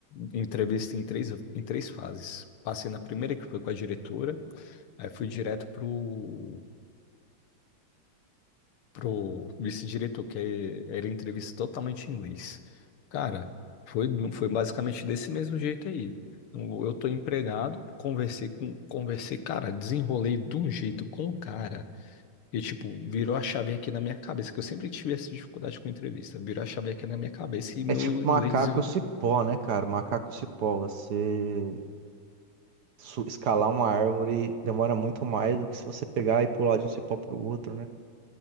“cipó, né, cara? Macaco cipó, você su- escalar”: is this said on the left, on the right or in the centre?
Right